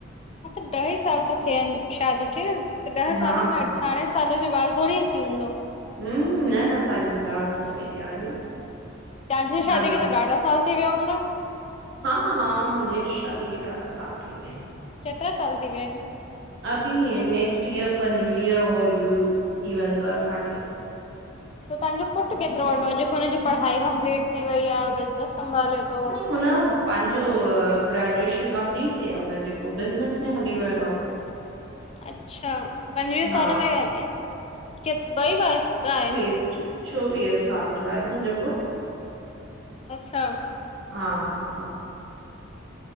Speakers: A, on the left; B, on the right.
A: हा त ॾही साल त थिया आहिन शादी खे, त ॾह
B: हा
A: सालु में
B: हा
A: अठारहें सालु जो ॿार थोडीअ। अची वेंदो
B: हूंम न न तांजी ॻाल्हि त सही आहे।
A: तांजी शादी
B: हा
A: खे त ॾाढा साल थी विया हूंदा?
B: हा हा हा मुंहिंजी शादी खे ॾाढा साल थी विया आहिनि।
A: केतिरा सालु थी विया आहिनि?
B: अभी हे नेक्स्ट ईयर पंजवीह ओर थी वेंदो असांखे।
A: त तव्हांजो पुट केतरो वॾो आ, जेको हुनजी पढ़ाई कंपलीट थी वई आ, बिज़नस संभाले तो?
B: त हुन पांजो ग्रेजुएशन कंपलीट कयो हुनजे पो बिज़नस में हली वियो आ।
A: अच्छा पंजवीह
B: हा
A: साल में, के ॿई ॿार आहिनि।
B: अच्छा चोवींह साल जो आहे मुंहिंजो पुट।
A: अच्छा
B: हा हा